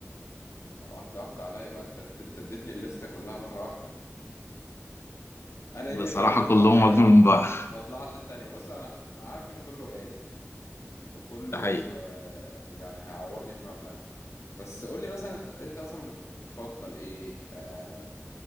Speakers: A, on the left (about 75°); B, on the left (about 55°).
A: لا واحدة واحدة عليا بقى أنت أنت اديتني الليستة كلها مرة واحدة أنا إيه
B: بصراحة
A: اللي يخليني
B: كلهم
A: أطلع حاجة
B: اجمل
A: وما أطلع
B: من بعض <laughs>
A: وما أطلعش التانية بص أنا أنا عارف إن كله غالي وكله
B: ده حقيقي
A: أه يعني هيعورني في مبلغ بس قول لي مثلا أنت مثلا بت- بتفضل إيه أه